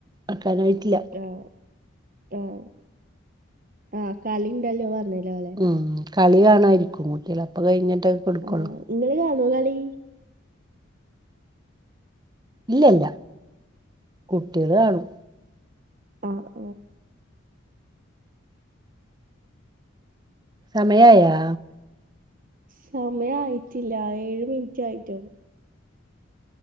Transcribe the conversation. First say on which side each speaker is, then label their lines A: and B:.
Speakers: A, on the right (about 20°); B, on the right (about 40°).
A: ആക്കാനായിട്ടില്ല.
B: ആഹ് ആഹ് ആഹ് കളിണ്ടല്ലോ പർഞ്ഞലോ ല്ലെ.
A: ഉം കളി കാണാ ഇരിക്കും കുട്ട്യേള്. അപ്പം കഴിഞ്ഞിട്ടൊക്കെ കെട്ക്കൊള്ളൂ.
B: ആ ഇങ്ങള് കാണോ കളി?
A: ഇല്ലല്ല കുട്ട്യേൾ കാണും.
B: ആഹ്
A: സമയായാ?
B: സമയായിറ്റില്ല ഏഴ് മിനിറ്റ് ആയിറ്റൊള്ളു.